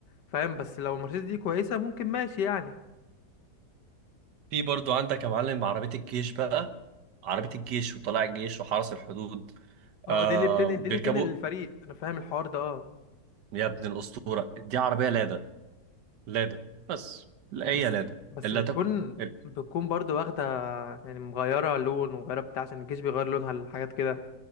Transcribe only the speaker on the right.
في برضو عندك يا معلم عربية الجيش بقى عربية الجيش وطلاع الجيش وحرس الحدود
آه
بيركبوا
يا ابن الأسطورة دي عربية لادا لادا بس لا
هي لادا
اللي
تك... ال-